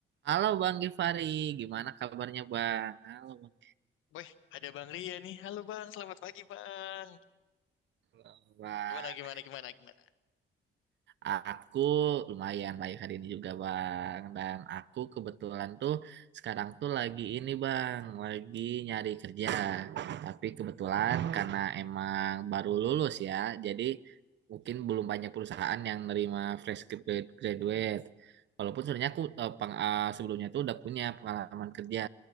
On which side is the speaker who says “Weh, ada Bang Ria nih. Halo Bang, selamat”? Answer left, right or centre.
Left